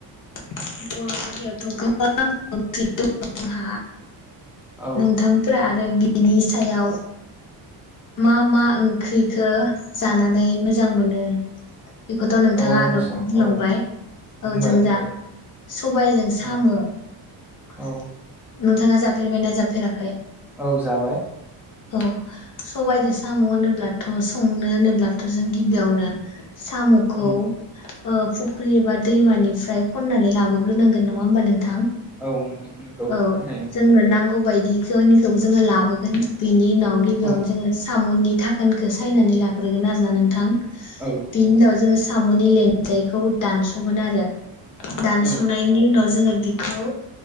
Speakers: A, on the left; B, in the centre.
A: बर' हारियावथ' गोबां फैदों जोंहा
B: औ
A: नोंथांफोरा आरो बिनि सायाव मा मा ओंख्रिखो जानानै मोजां मोनो? बेखौथ' नोंथाङा
B: औ आङो
A: आगोल
B: स
A: बुंलांबाय
B: औ
A: औ
B: बुंबाय
A: जों
B: बुंबाय
A: जा सबायजों साम'
B: औ
A: नोंथाङा
B: औ
A: जाफेरबायना जाफेराखै?
B: औ जाबाय।
A: औ सबायजों साम' होनोब्लाथ' संनो होनोब्लाथ' जों गिबियावनो साम'खौ
B: उम
A: ओ फुख्रि एबा दैमानिफ्राय खननानै लाबोग्रोनांगोन नङा होमबा नोंथां?
B: औ नों-नोंगौ
A: औ
B: थारैनो।
A: जोंनो नांगौ बायदिखौनिखौबो जोङो लाबोगोन बिनि उनाव गिबियावनो
B: औ
A: साम'नि धाखोनखो सायनानै लाग्रोगोन आरो ना नोंथां।
B: औ
A: बिनउनाव जोङो स साम'नि लेन्जायखौ दानस'गोन आरो। दानस'नायनि
B: औ
A: उनाव जोङो बि खौ